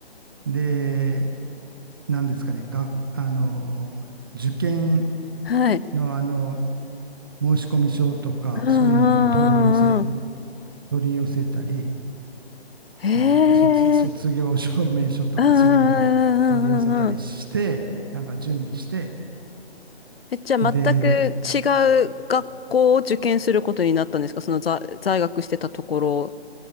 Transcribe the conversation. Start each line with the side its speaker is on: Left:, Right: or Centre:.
Right: で、何ですかね、が、あの、受験
Left: はい。
Right: のあの、申込書とか、
Left: うんうんうんうん。
Right: そういうのも取り寄せ、取り寄せたり、
Left: へ
Right: なんだっけ、卒、卒業証明書とかそういうのを取り寄せたりして、
Left: え。うんうんうんうんうんうん。
Right: なんか準備して、
Left: え、じゃあ全く違う学校を受験することになったんですかその在、
Right: で、
Left: 在学してたところ